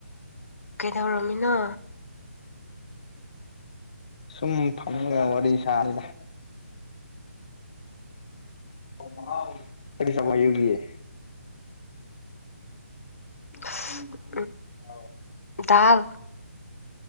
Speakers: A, on the left; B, on the left.
A: ꯀꯩꯗꯧꯔꯝꯃꯤꯅꯣ
B: ꯁꯨꯝ ꯐꯪꯃꯒ ꯋꯥꯔꯤ ꯁꯥꯔꯤꯗ <unintelligible>
A: <unintelligible>
B: ꯑꯥꯎ <unintelligible>
A: ꯗꯥꯎ